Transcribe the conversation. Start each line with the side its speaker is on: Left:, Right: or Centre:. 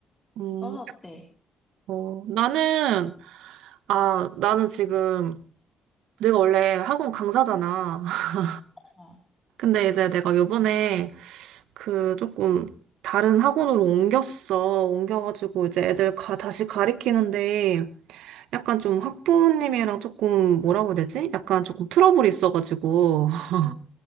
Right: 음,
Left: 너는 어때?
Right: 어, 나는, 아, 나는 지금, 내가 원래 학원 강사잖아. <laughs>
Left: 어.
Right: 근데 이제 내가 요번에 그 조금 다른 학원으로 옮겼어. 옮겨가지고 이제 애들 가, 다시 가리키는데 약간 좀 학부모님이랑 조금 뭐라고 해야 되지? 약간 조금 트러블이 있어가지고. <laughs>
Left: 아,